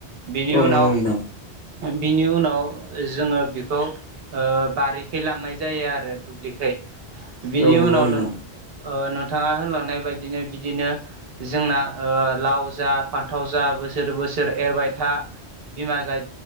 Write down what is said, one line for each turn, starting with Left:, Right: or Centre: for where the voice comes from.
Right: बिनि
Left: औ
Right: उनाव
Left: नंगौ नोंथां
Right: बिनि उनाव जोङो बेखौ बारिखै लांनाय जायो आरो दुब्लिखाय बिनि
Left: औ नंगौ
Right: उनाव
Left: नोंथां
Right: नों ओ नोंथाङा होनलांनाय बायदिनो बिदिनो जोंना लाव जा फा थाव जा बोसोर बोसोर एरबाय था बिमा गाय